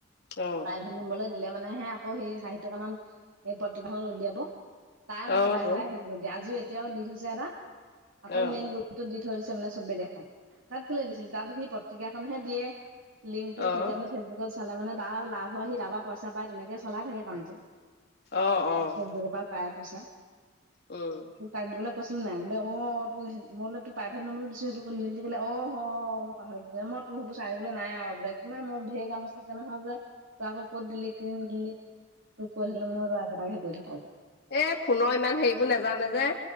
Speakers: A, on the left; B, on the right.
A: অ',
B: প্ৰাইভেট নম্বৰলৈ দিলে। মানে সৈ আকৌ সৈ ষাঠী টকা মান, সেই পত্ৰিকাখন উলিয়াব। তাই মানে
A: অ',
B: বাৰে-বাৰে
A: তো
B: সেইটোৱে দিয়ে। আজিও, এতিয়াও দি থৈছে এটা। আকৌ
A: অ',
B: মেইন টো দি থৈদিছে মানে চবে দেখাত। তাত কেলে দিছিল। তাত সি পত্ৰিকাখনহে দিয়ে। লিংকটো
A: অ',
B: তেতিয়া মানে ফেচবুকত চালে মানে, তাৰো লাভ হয়। সি তাৰ পৰা পইচা পায় তেনেকে চলাই থাকে কামটো।
A: অ',
B: <inaudible>
A: অ',
B: পাই পইচা।
A: উম।
B: মোক টাইম দিবল কৈছিলোঁ নে নাই? বোলে অ' অ' তোৰ সেই মই বোলো, তোক প্ৰাইভেট নম্বৰোঁ দিছোঁ সেইটো ক'লে নিদিলি কলে? অ' হ' মই পাহৰিলোঁৱে। মই তোৰ সেইবোৰ চাই থাকিবলৈ নাই আৰু বোলে। আৰু বোলে। কিমান মোৰ, ধেৰ কাম আছে, তেনেহলে তই আকৌ ক'ত দিলি, কেলে দিলি। তোক কৈ থাকিলে মানে একেটাকহে কৈ থাক।
A: এই ফোনৰ ইমান হেৰিবোৰ নাজানে যে